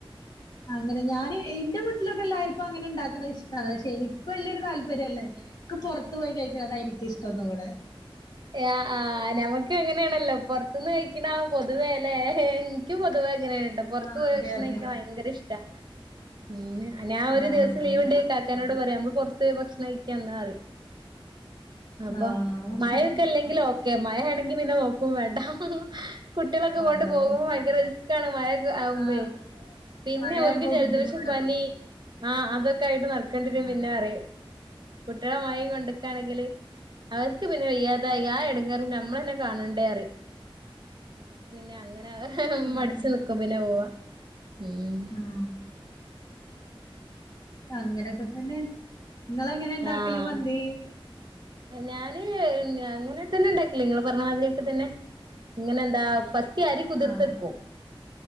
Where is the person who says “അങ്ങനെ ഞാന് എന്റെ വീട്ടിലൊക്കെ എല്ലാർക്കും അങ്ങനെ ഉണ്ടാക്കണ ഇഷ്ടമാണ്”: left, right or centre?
Left